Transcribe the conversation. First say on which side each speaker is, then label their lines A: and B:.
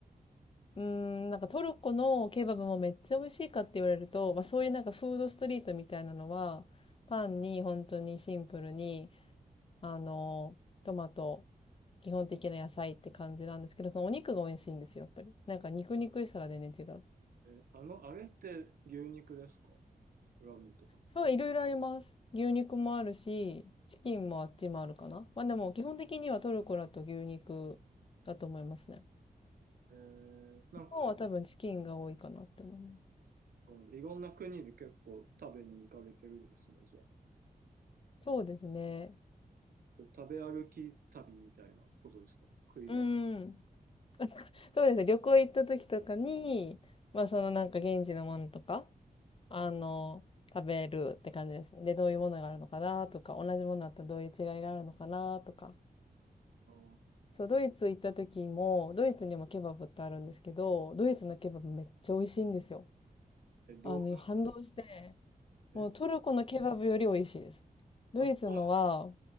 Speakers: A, on the left; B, on the right.
A: うーん、なんかトルコのケバブもめっちゃ美味しいかって言われると、まあそういうなんかフードストリートみたいなのは、パンに本当にシンプルに、あの、トマト、基本的な野菜って感じなんですけど、そのお肉が美味しいんですよ、やっぱり。なんか肉肉しさが全然違う。
B: え、あの、あれって牛肉ですかラムとか。
A: そう、いろいろあります。牛肉もあるし、チキンもあっちもあるかな。まあでも基本的にはトルコだと牛肉だと思いますね。
B: えー、なんかい、
A: 日本は多分チキンが多いかなって思います。
B: うんいろんな国で結構食べに行かれてるんですね、じゃあ。
A: そうですね。
B: それ食べ歩き旅みたいなことですか食いだ。
A: うーん。
B: あ
A: そうですね。旅行行った時とかに、まあそのなんか現地のものとか、あの、食べるって感じですね。で、どういうものがあるのかなとか、同じものだったらどういう違いがあるのかなとか。
B: ー
A: そう、ドイツ行った時も、ドイツにもケバブってあるんですけど、ドイツのケバブめっちゃ美味しいんですよ。
B: え、どう、
A: あの、反動して、
B: え、
A: もうトルコのケバブより美味しいです。ドイツのは、
B: あ、そう